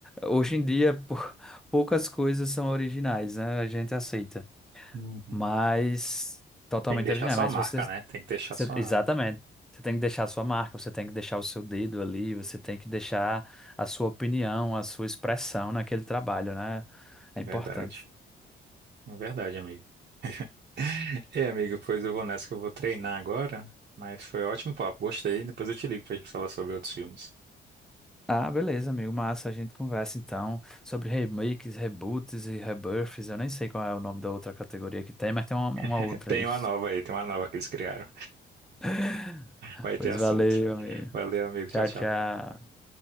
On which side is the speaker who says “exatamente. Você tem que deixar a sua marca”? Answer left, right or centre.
Centre